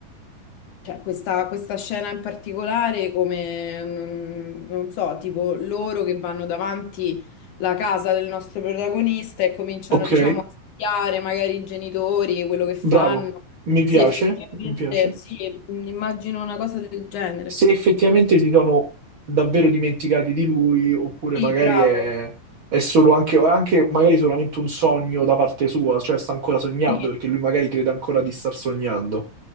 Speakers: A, on the left; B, on the right.
A: cioè questa, questa scena in particolare come, non, non so, tipo loro che vanno davanti la casa del nostro protagonista e cominciano,
B: Ok,
A: diciamo, a spiare magari i genitori, quello che fanno,
B: bravo, mi
A: se
B: piace,
A: effettivamente,
B: mi piace.
A: sì, immagino una cosa del genere.
B: se effettivamente si sono davvero dimenticati di lui, oppure
A: Sì,
B: magari
A: bravo.
B: è, è solo anche, o è anche magari solamente un sogno da parte sua, cioè sta ancora sognando
A: Sì.
B: perché lui magari crede ancora di star sognando.